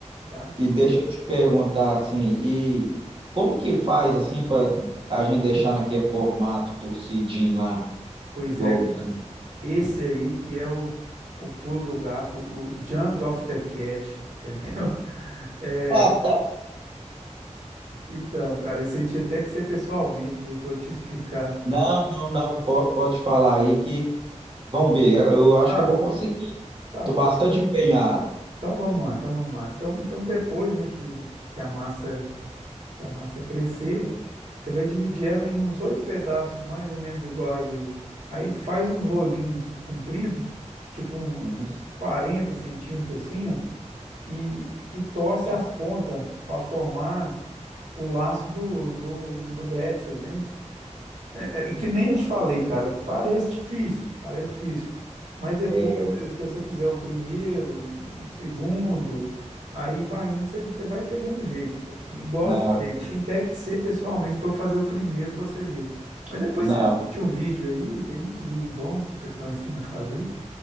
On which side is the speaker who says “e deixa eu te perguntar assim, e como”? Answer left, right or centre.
Right